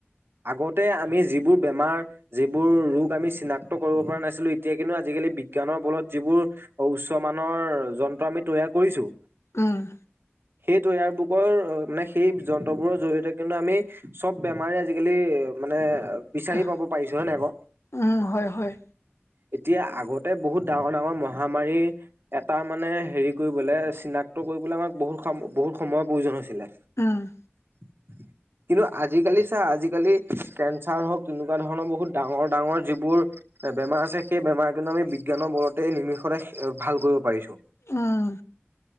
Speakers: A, on the right; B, on the left.
A: আগতে আমি যি বোৰ বেমাৰ যিবোৰ ৰোগ আমি চিনাক্ত কৰিব পৰা নাছিলো, এতিয়া কিন্তু আজিকালি বিজ্ঞানৰ বলত যিবোৰ উচ্চ মানৰ যন্ত্ৰ আমি তৈয়াৰ কৰিছো
B: উম।
A: সেইটো এয়াৰ বুকৰ মানে সেই যন্ত্ৰবোৰৰ জৰিয়তে কিন্তু আমি চব বেমাৰে আজিকালি মানে
B: উম
A: বিচাৰি পাব পাৰিছো হয় নাই আকৌ।
B: উম হয় হয়।
A: এতিয়া আগতে বহুত ডাঙৰ -ডাঙৰ মহামাৰী এটা মানে হেৰি কৰিবলৈ চিনাক্ত কৰিবলৈ আমাক বহুত খা বহুত- সময়ৰ প্ৰয়োজন হৈছিলে।
B: উম।
A: <inaudible> কিন্তু আজিকালি চা, আজিকালি কেঞ্চাৰ হওঁক তেনেকুৱা ধৰণৰ বহুত ডাঙৰ- ডাঙৰ যিবোৰ বেমাৰ আছে। সেই বেমাৰ কিন্তু আমি বিজ্ঞানৰ বলতে নিমিষতে ভাল কৰিব পাৰিছো।
B: উম,